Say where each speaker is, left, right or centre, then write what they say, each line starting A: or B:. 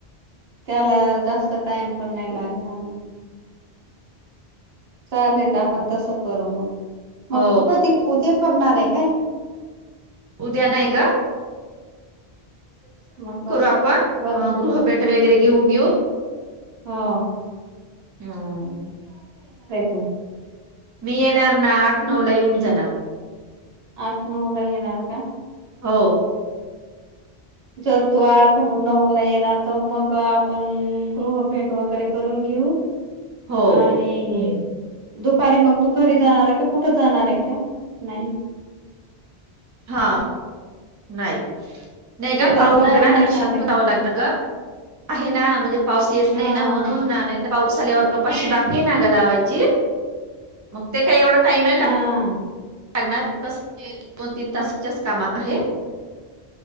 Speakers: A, on the right; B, on the right.
A: त्याला जास्त टाइम पण नाही लागणार. चालेल ना आपण तसं करू मग मग
B: हो
A: तु कधी उद्या करणार हे काय?
B: उद्या नाही गं.
A: मग कधी
B: आपण
A: हम्म
B: अं, गृहभेट वगैरे घेऊन
A: हा.
B: हम.
A: तू
B: मी येणार ना आत नऊ ला येऊन जाणार.
A: आठ नउला येणार का?
B: हो
A: जर तो आठ नऊ ला येणार तर मग आपण गृह भेट वगैरे करून घेऊ
B: हो
A: आणि दुपारी मग तू घरी जाणार आहे का कुठं जाणार आहे का? नाही.
B: हा नाही. नाही का
A: शेतात
B: पावझरला
A: वगैरे नाही
B: वर्षातुन
A: काम आहे का?
B: जावं लागत ग आहे ना म्हणजे पाऊस येत
A: हा
B: नाही ना म्हणून नाही तर पाऊस झ्यालावर कपाशी बाकी हे ना ग लावायची मग ते काही एवढा टाईम आहे ला
A: हा
B: लग्नात तसं दोन तीन तास जस्ट कामात आहे.